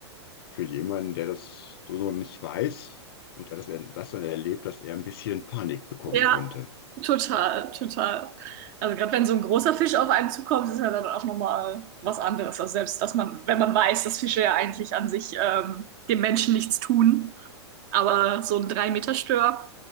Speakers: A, on the left (about 55°); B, on the right (about 45°).
A: für jemanden, der das so noch nicht weiß und er das, das dann erlebt, dass er ein bisschen Panik bekommen
B: Ja,
A: könnte.
B: total, total. Also gerade wenn so ein großer Fisch auf einen zukommt, ist ja dann auch nochmal was anderes. Also selbst, dass man, wenn man weiß, dass Fische ja eigentlich an sich ähm, dem Menschen nichts tun, aber so ein drei meter stör